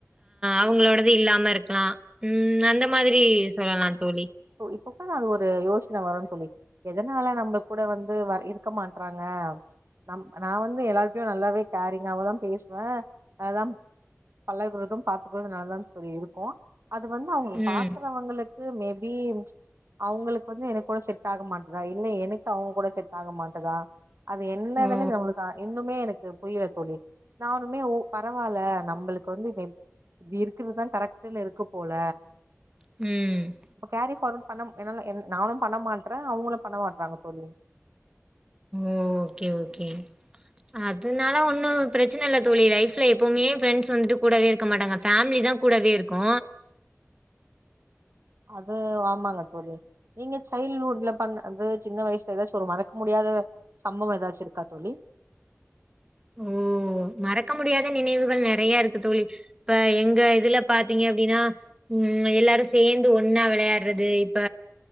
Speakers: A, on the right (about 15°); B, on the right (about 55°).
A: அவங்களோடது இல்லாம இருக்கலா இது மாதிரி சொல்லலா தோழி
B: இப்பதான் அது ஒரு யோசனை வரு தோழி எதனால நம்ம கூட வந்து வ இருக்க மாட்டறாங்க நம் நா வந்து எல்லாருகிட்டயு நல்லாவே கேரிங்க அவ்ளவுதா பேசுவே அதான் பழகுறதும் பாத்துக்குறது நல்லதா தோழி இருக்கு அது வந்து அவங்களுக்கு
A: ம்
B: பா அவங்களுக்கு மே பி அவங்களுக்கு வந்து என் கூட செட் ஆக மாட்டதா இல்ல எனக்கு அவங்க கூட செட் ஆக மாட்டதா அது என்னதன்னு
A: ஓ
B: நம்மளுக்கு இன்னுமே எனக்கு க்கு புரியால தோழி நானுமே உ பரவா இல்ல நம்மளுக்கு வந்து இது இருக்குறதா கரெக்டுன்னு இருக்கு போல
A: ம்
B: இப்ப கேரி ஃபார்வட் பண்ண என்னால நானு பண்ண மாட்றே அவங்களு பண்ண மாட்டறாங்க தோழி
A: ஓகே ஓகே அதனால ஒன்னு பிரச்சனை இல்ல தோழி லைஃப்ல எப்பவுமே ஃப்ரெண்ட்ஸ் வந்துட்டு கூடவே இருக்க மாட்டாங்க ஃபேமிலி தா கூடவே இருக்கு
B: அது ஆமாங்க தோழி நீங்க சைல்டுஹுட்ல பண்ணது சின்ன வயசுல ஏதாச்சு ஒரு மறக்க முடியாத சம்பவ ஏதாச்சு இருக்கா தோழி <unintelligible>
A: ஓ மறக்க முடியாத நினைவுகள் நெறைய இருக்கு தோழி இப்ப எங்க இதுல பாத்தீங்க அப்டின்னா ம் எல்லாரு சேர்ந்து ஒன்னா விளையாடுறது இப்ப